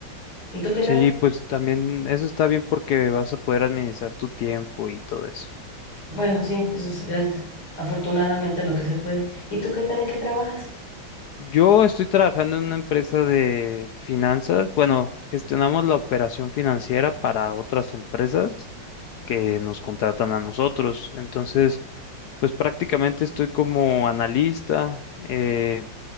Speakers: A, on the left; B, on the left.
A: ¿Y tú qué
B: Sí,
A: tal?
B: pues también eso está bien porque vas a poder administrar tu tiempo y todo eso.
A: Bueno, sí, eso es, gracias. Afortunadamente lo que se puede. ¿Y tú qué tal en qué trabajas?
B: Yo estoy trabajando en una empresa de finanzas. Bueno, gestionamos la operación financiera para otras empresas que nos contratan a nosotros. Entonces, pues prácticamente estoy como analista. eh,